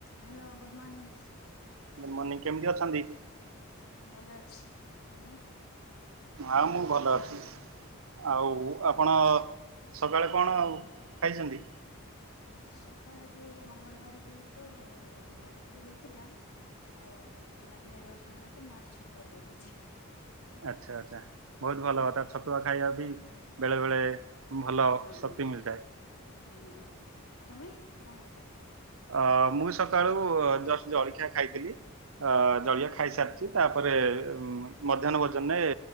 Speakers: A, on the left (about 85°); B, on the right (about 70°).
A: Hello good morning.
B: Good morning -କେମିତି ଅଛନ୍ତି?
A: ଭଲ ଅଛି। ତୁମେ?
B: ଆଉ ମୁଁ ଭଲ ଅଛି ଆଉ ଆପଣ ସକାଳେ କଣ ଆଉ ଖାଇଚନ୍ତି?
A: ସକାଳେ ଆଜି ମଙ୍ଗଳବାର ଯେହେତୁ ରୁଟି ହେଇଥିଲା ଆଉ ବିନା ପିଆଜ ରସୁଣ ହେତୁ ମୁଁ ଆଜି ଛତୁଆ ଖାଇ ଦେଇଚି।
B: ଆଚ୍ଛା ଆଚ୍ଛା ବହୁତ୍ ଭଲ କଥା। ଛତୁଆ ଖାଇବା
A: ହୁଁ
B: ବି ବେଳେ ବେଳେ ଭଲ
A: ହଁ
B: ଶକ୍ତି ମିଳିଥାଏ।
A: ହୁଁ- ହୁଁ-ହୁଁ- ଆ ତମେ କଣ ଖାଇଚ?
B: ଅ- ମୁଁ ସକାଳୁ ଜଷ୍ଟ୍ ଜଳଖିଆ ଖାଇଥିଲି ଅ-
A: ହୁଁ ହୁଁ
B: ଜଳଖିଆ ଖାଇସାରିି ତାପରେ ଉଁ ମଧ୍ୟାହ୍ନ ଭୋଜନରେ